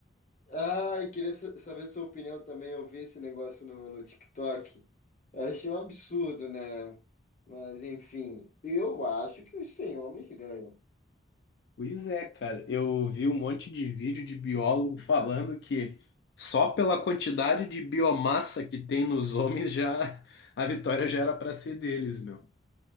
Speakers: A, on the left (about 40°); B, on the left (about 65°).
A: Ah, eu queria sa- saber sua opinião também. Eu vi esse negócio no, no TikTok. Eu achei um absurdo, né? Mas, enfim, eu acho que os 100 homens ganham.
B: Pois é, cara, eu vi um monte de vídeo de biólogo falando que só pela quantidade de biomassa que tem nos homens já <laughs> a vitória já era pra ser deles, meu.